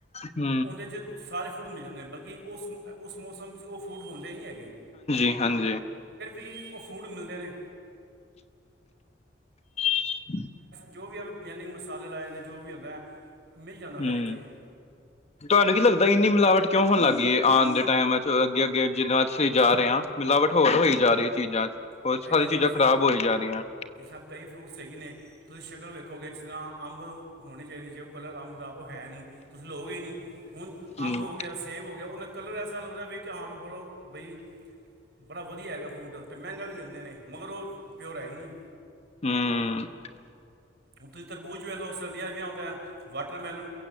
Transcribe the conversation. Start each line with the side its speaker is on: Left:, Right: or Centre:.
Left: ।
Right: ਉਹਦੇ ਚ ਸਾਰੇ ਫਰੂਟ ਮਿਲ ਜਾਂਦੇ ਨੇ। ਬਲਕਿ ਉਸ ਉਸ ਮੌਸਮ ਉਹ ਫਰੂਟ ਹੁੰਦੇ ਨਹੀਂ ਹੈਗੇ।
Left: ਹਾਂਜੀ ਹਮ।
Right: ਕਿ ਉਹ ਫੂਡ ਮਿਲਦੇ ਨੇ।
Left: ।
Right: ਜੋ ਵੀਂ ਮਸਾਲੇ ਲਾਏ ਨੇ ਜੋ ਵੀ ਹੂੰਦਾ ਮਿਲ ਜਾਂਦਾ।
Left: ਹੂੰ।
Right: ਹਰ ਇੱਕ ਚੀਜ਼
Left: ਤੁਹਾਨੂੰ ਕੀ ਲੱਗਦਾ। ਇੰਨੀ ਮਿਲਾਵਟ ਕਿਉਂ ਹੋਣ ਲੱਗਗੀਏ ਆਉਣ ਦੇ ਟਾਈਮ ਵਿੱਚ ਅੱਗੇ- ਅੱਗੇ ਜਿੱਦਾਂ ਅਸੀਂ ਜਾ ਰਹੇ ਹਾਂ। ਮਿਲਾਵਟ ਹੋਰ ਹੋਈ ਜਾ ਰਹੀ। ਚੀਜ਼ਾਂ ਚ ਹੋਰ
Right: ਪਤਾ
Left: ਸਾਰੀ
Right: ਕਿ ਹੁਣ
Left: ਚੀਜ਼ਾਂ
Right: ਤੁਸੀਂ
Left: ਖ਼ਰਾਬ ਹੋਈ ਜਾ ਰਹੀਆਂ।
Right: ਜਿਸ ਤਰ੍ਹਾਂ ਕਈ ਫਰੂਟ ਸਹੀ ਨੇ ਤੁਸੀਂ ਸ਼ਕਲ ਵੇਖੋਗੇ। ਜਿਸ ਤਰ੍ਹਾਂ ਅੰਬ ਹੋਣੇ ਚਾਹੀਦੇ। ਜੇ ਉਹ ਕਲਰ ਅੰਬ ਦਾ ਉਹ ਹੈ ਨਹੀਂ ਤੁਸੀਂ ਲਓਗੇ ਨਹੀਂ ਹੁਣ
Left: ਹੂੰ
Right: ਅੰਬ ਹੋ ਗਿਆ ਸੇਬ ਹੋ ਗਿਆ। ਉਹਨਾਂ ਕਲਰ ਐਸਾ ਲਗਦਾ ਬੀ ਕਿ ਹਾਂ <unintelligible> ਬਈ ਬੜਾ ਵਦੀਆ ਹੇਗਾ ਬੂਟ। ਮਹਿੰਗਾ ਵੀ ਦਿੰਦੇ ਨੇ। ਮਗਰ ਉਹ ਪਿਓਰ ਐ ਈ ਨੀ।
Left: ਹੂੰ।
Right: ਹੁਣ ਤੁਸੀਂ ਤਰਬੂਜ਼ ਵੇਖ ਲਓ ਸਰਦੀਆਂ ' ਵੀ ਆਉਂਦਾ। ਵਾਟਰਮੈਲਨ